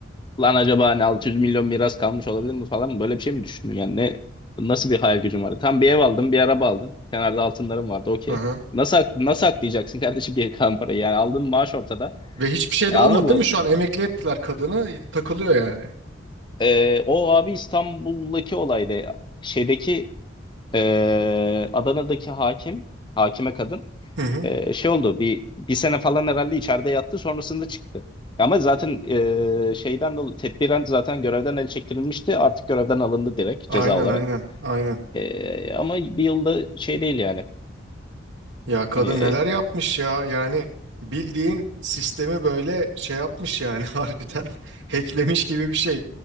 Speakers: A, on the left (about 25°); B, on the right (about 85°).
A: Lan acaba hani 600 milyon miras kalmış olabilir mi falan mı? Böyle bir şey mi düşündün? Yani ne nasıl bir hayal gücün vardı? Tam bir ev aldın, bir araba aldın. Kenarda altınların vardı. Okey.
B: Aha.
A: Nasıl ak- nasıl aklayacaksın kardeşim bir kalan parayı? Yani aldığın maaş ortada.
B: Ve hiçbir şey
A: E,
B: de olmadı
A: anladın mı?
B: değil mi şu an emekli ettiler kadını takılıyor yani.
A: E, o abi İstanbul'daki olaydı. Şeydeki e, Adana'daki hakim, hakime kadın
B: Hı hı.
A: Ee, şey oldu bir bir sene falan herhalde içeride yattı sonrasında çıktı. Ama zaten ee, şeyden dolayı tedbiren zaten görevden el çektirilmişti. Artık görevden alındı direkt
B: Aynen
A: ceza olarak.
B: aynen aynen.
A: Ee, ama bir yılda şey değil yani.
B: Ya kadın
A: Hani e,
B: neler yapmış ya yani bildiğin sistemi böyle şey yapmış yani <laughs> harbiden hacklemiş gibi bir şey.